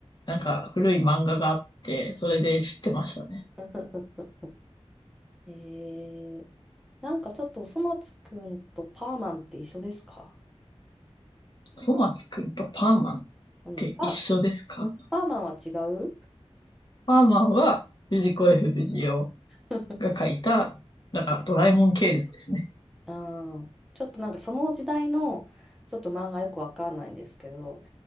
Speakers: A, on the left; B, in the centre.
A: なんか古い漫画があって、それで知ってましたね。
B: <laughs> えー、なんかちょっとおそ松くんとパーマンって一緒ですか
A: おそ松くんとパーマンっ
B: うん。
A: て一緒ですか
B: あ、パーマンは違う
A: パーマンは藤子 F 不二雄
B: <laughs>
A: が書いた、なんかドラえもん系列ですね。
B: はい。うん。ちょっとなんかその時代のちょっと漫画よくわかんないんですけど、